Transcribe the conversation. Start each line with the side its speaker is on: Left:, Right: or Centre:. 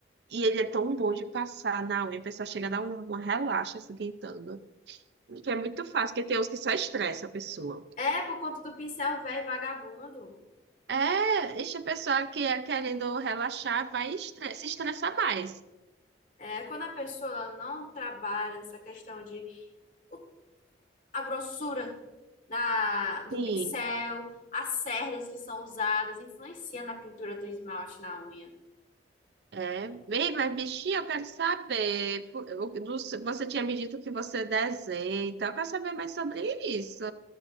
Right: e ele é tão bom de passar na unha, a pessoa chega a dar um, um relaxa se esquentando. Que é muito fácil, porque tem uns que só estressa a pessoa.
Left: É, é por conta do pincel velho vagabundo.
Right: É, esse a pessoa que é querendo relaxar, vai estre- se estressar mais.
Left: É, quando a pessoa não trabalha nessa questão de o a grossura da, do
Right: Sim,
Left: pincel, as cerdas que são usadas, influencia na pintura do esmalte na unha.
Right: é. Bem, mas bichinho, eu quero saber. por- o- do- Você tinha me dito que você desenha, então eu quero saber mais sobre isso.